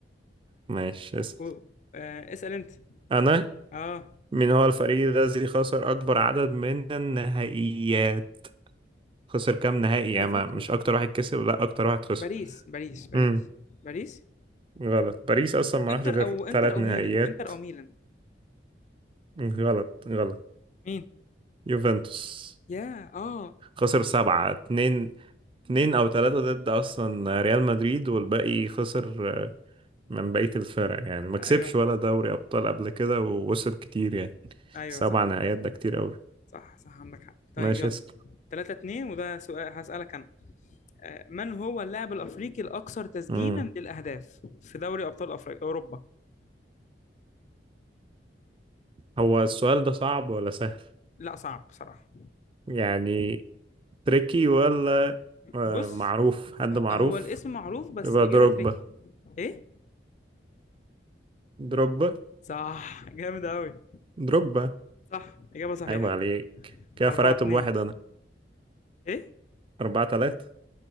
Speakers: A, on the right; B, on the left.
A: ماشي اسأل
B: و- آه، اسأل انت
A: انا
B: اه
A: من هو الفريق الذي خسر اكبر عدد من النهائيات خسر كام نهائي يا
B: انا فاكره
A: ما مش اكتر واحد كسب لا اكتر واحد خسر
B: باريس باريس باريس
A: امم
B: باريس
A: غلط باريس اصلا ما
B: انتر
A: راحش غير
B: او انتر
A: ثلاث
B: او
A: نهائيات
B: ميلان انتر او ميلان
A: غلط غلط
B: مين
A: يوفنتوس
B: يا اه
A: خسر سبعة اتنين اتنين أو تلاتة ضد أصلا ريال مدريد والباقي خسر من بقية الفرق يعني ما كسبش
B: ايوه صح
A: ولا دوري أبطال قبل كده ووصل كتير يعني
B: ايوه
A: سبع
B: صح
A: نهائيات ده كتير أوي
B: صح صح عندك حق طيب
A: ماشي
B: يلا
A: اسأل
B: 3 2 وده سؤال هسألك انا آه، من هو اللاعب الافريقي الاكثر تسجيلا
A: مم.
B: للاهداف في دوري ابطال افريقيا اوروبا
A: هو السؤال ده صعب ولا سهل؟
B: لا صعب بصراحة
A: يعني تريكي ولا آه،
B: بص
A: معروف حد
B: ه-
A: معروف
B: هو الاسم معروف بس
A: يبقى
B: الاجابة
A: دروجبا
B: تريكي ايه
A: دروجبا
B: صح جامد قوي
A: دروجبا
B: صح اجابة صحيحة
A: عيب عليك كده
B: 4
A: فرقت
B: 2
A: بواحد أنا
B: ايه
A: أربعة تلاتة